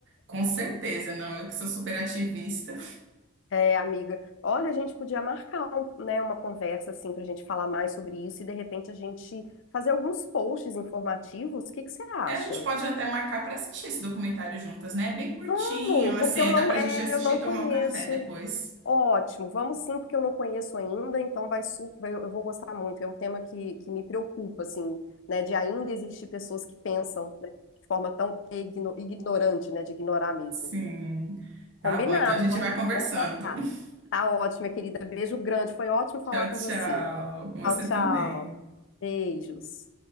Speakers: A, on the right; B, on the left.
A: com certeza. Não, eu que sou super ativista.
B: É, amiga, olha, a gente podia marcar, um- né, uma conversa assim para a gente falar mais sobre isso e de repente a gente fazer alguns posts informativos. O que que você acha?
A: É, a gente pode até marcar para assistir esse documentário juntas, né? É bem curtinho,
B: Vamos,
A: assim,
B: porque
A: aí
B: eu não,
A: dá para
B: é,
A: a gente assistir
B: eu não
A: e
B: conheço.
A: tomar um café depois.
B: Ótimo, vamos sim, porque eu não conheço ainda, então vai super, eu, vou gostar muito. É um tema que, que me preocupa, assim, né, de ainda existir pessoas que pensam, né, de forma tão igno- ignorante, né, de ignorar mesmo.
A: Sim.
B: Combinado,
A: Tá bom, então a gente
B: vamos,
A: vai conversando.
B: vamos marcar.
A: <laughs>
B: Tá ótimo, minha querida. Beijo grande. Foi ótimo falar
A: Tchau,
B: com
A: tchau.
B: você.
A: Com você
B: Tchau, tchau.
A: também.
B: Beijos.